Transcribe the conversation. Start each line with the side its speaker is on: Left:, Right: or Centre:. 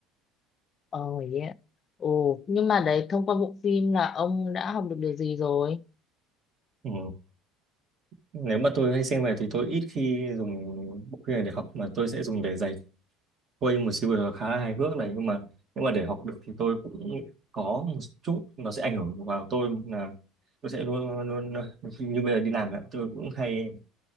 Left: Ờ yeah. Ồ, nhưng mà đấy thông qua bộ phim là ông đã học được điều gì rồi?
Right: ừ. nếu mà tôi hay xem về thì tôi ít khi dùng bộ phim này để học mà tôi sẽ dùng để giải khuây một siêu vừa khá là hài hước này nhưng mà nếu mà để học được thì tôi cũng có một chút nó sẽ ảnh hưởng vào tôi là tôi sẽ luôn luôn như bây giờ đi làm ạ, tôi cũng hay